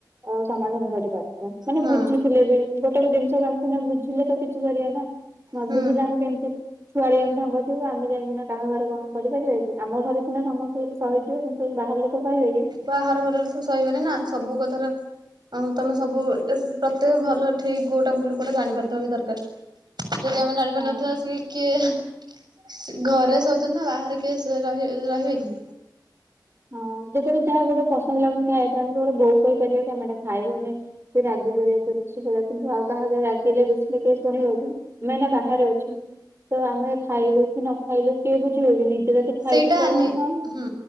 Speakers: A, on the right; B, on the right.
A: ଅ ସମାଧାନ କରିବା। ମାନେ
B: ହଁ
A: ବୁଝିଥିଲେ ବି ଗୋଟେ ଗୋଟ ଜିନିଷ କାମ ସିନା ବୁଝିଲେ ତ କିଛି କରିବା ନା। ନ
B: ହୁଁ
A: ବୁଝିଲେ ଆମେ କେମିତି ଛୁଆଲିଆମେ ଢଙ୍ଗ ଯିବ ଆମେ ଯାଇକି ନା କାହା ଘରେ କଣ କରିପାରିବା କି ଆମ ଘରେ ସ ସମସ୍ତେ ସହିଯିବେ କିନ୍ତୁ ବାହାର ଲୋକ କହିବେ କି।
B: ବାହାରଘରରେ ତ ସହହିବାନି ନା ସବୁ କଥାର ହଁ ତମେ ସବୁ ପ୍ରତ୍ୟେକ ଭଲ ଠିକ କୋଉଟା ଭୁଲ କୋଉଟେ ଜାଣିପାରଥ ବି ଦରକାର। ଯଦି ଆମେ ଜାଣିପାରୁନଥିବା
A: ହଁ
B: ଆସିକି କିଏ ଘରେ ସଉଛନ୍ତି ନା ବାହାରେ କିଏ ସେ ରହି ରହିବେ କି?
A: ହଁ ଯେତେବେଳେ ଯାହା ଗୋଟେ ପସନ୍ଦ ଲାଗୁନି ଖାଇବା ପାଇଁ ଆମେ ଗୋଟେ ବୋଉ କହିପାରିବା କେ ଆମେଟା ଖାଇବୁନି। <unintelligible> କିନ୍ତୁ ଆଉ କାହାଗରେ ରାଗିଲେ ରୁଷିଲେ କେ ଶୁଣିବ କି? ଆମେ ନା ବାହାରେ ଅଛୁ। ତ ଆମେ ଖାଇଲୁ କି ନ ଖାଇଲୁ କିଏ ବୁଝିବନି ନିଜେ ଯଦି
B: ସେଇଟା
A: ଖାଇଲୁ ତ ହଁ
B: ହୁଁ